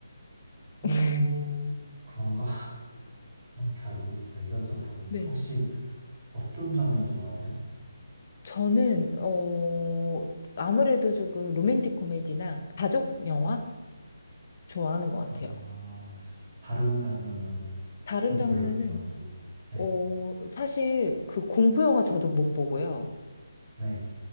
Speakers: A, on the right (about 25°); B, on the left (about 30°).
A: 어,
B: <laughs>
A: 그런가? <laughs> 잘 모르겠어요. 이것저것 다 보니까.
B: 네.
A: 혹시 어떤 장르 좋아하세요?
B: 저는, 어, 아무래도 조금 로맨틱 코미디나 가족 영화 좋아하는 것 같아요.
A: 어, 다른 장르는
B: 다른
A: 좀
B: 장르는,
A: 별로 안 좋아하고, 네,
B: 어, 사실 그 공포 영화 저도 못 보고요.
A: 네,